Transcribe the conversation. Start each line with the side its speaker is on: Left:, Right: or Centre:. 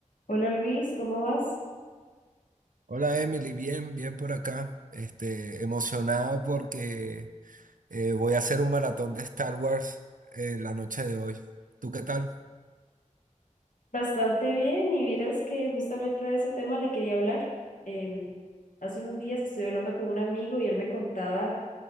Left: Hola Luis, ¿cómo vas?
Right: Hola Emily, bien, bien por acá. Este, emocionado porque eh, voy a hacer un maratón de Star Wars en la noche de hoy. ¿Tú qué tal?
Left: Bastante bien y vieras que justamente de ese tema le quería hablar. Em, hace unos días estuve hablando con un amigo y él me contaba